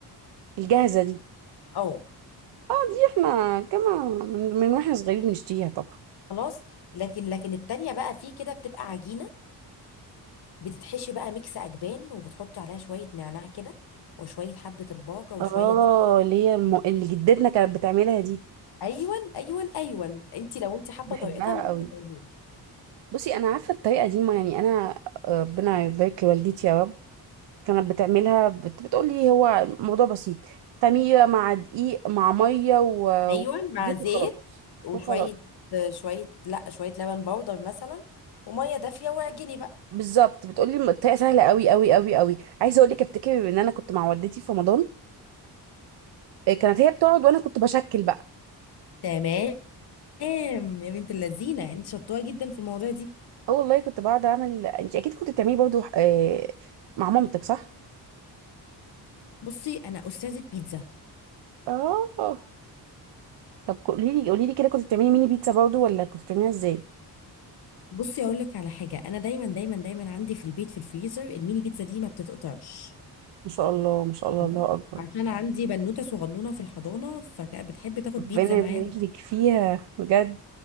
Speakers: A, on the right; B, on the left.
A: الجاهزه دي
B: اه
A: اه دي احنا كنا من من واحنا صغيرين بنشتريها طبعا
B: خلاص لكن لكن التانية بقى في كده بتبقى عجينة بتتحشي بقى ميكس أجبان وبتحطي عليها شوية نعناع كده وشوية حبة الباقة وشوية
A: اه
B: زعتر
A: اللي هي الم... اللي جدتنا كانت بتعملها دي
B: أيون أيون أيون أنت لو أنت حابة
A: بحبها
B: طريقتها أنا ممكن
A: قوي
B: أقولها
A: بصي انا عارفه الطريقه دي ما يعني انا آه، ربنا يبارك لوالدتي يا رب كانت بتعملها بت... بتقول لي هو الموضوع بسيط خميره مع دقيق مع ميه وزيت
B: ايوه مع زيت
A: وخلاص
B: وشويه
A: وخلاص
B: شويه لا شويه لبن بودر مثلا وميه دافيه واعجني بقى
A: بالظبط بتقولي الطريقه سهله قوي قوي قوي قوي عايزه اقول لك افتكر ان انا كنت مع والدتي في رمضان آه، كانت هي بتقعد وانا كنت بشكل بقى
B: تمام يا بنت اللذينه انت شطوره جدا في المواضيع دي
A: اه والله كنت بقعد اعمل انت اكيد كنت بتعملي برضه آه، مع مامتك صح
B: بصي انا استاذه بيتزا
A: اه طب قولي لي قولي لي كده كنت بتعملي ميني بيتزا برضه ولا كنت بتعمليها ازاي
B: بصي اقول لك على حاجه انا دايما دايما دايما عندي في البيت في الفريزر الميني بيتزا دي ما بتتقطعش
A: ما شاء الله ما شاء الله
B: تمام؟
A: الله اكبر
B: عشان عارفه عندي بنوته صغنونه في الحضانه فكانت بتحب تاخد
A: ربنا
B: بيتزا
A: يبارك
B: معاها
A: لك فيها بجد